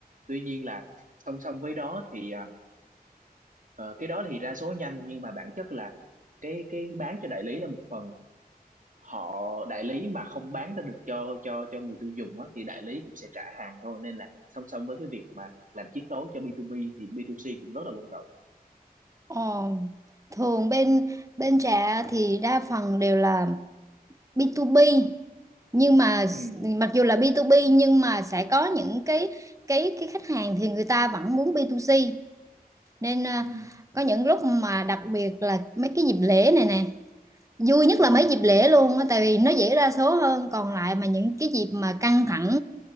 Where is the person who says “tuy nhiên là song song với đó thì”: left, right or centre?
Right